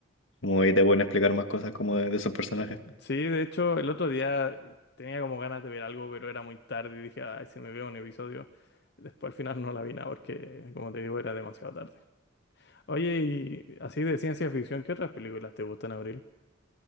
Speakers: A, on the left; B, on the left.
A: Como ahí te pueden explicar más cosas como de, de esos personajes.
B: Sí, de hecho, el otro día tenía como ganas de ver algo, pero era muy tarde y dije, ay, si me veo un episodio. Después al final no la vi nada porque, como te digo, era demasiado tarde. Oye, y así de ciencia ficción, ¿qué otras películas te gustan, Abril?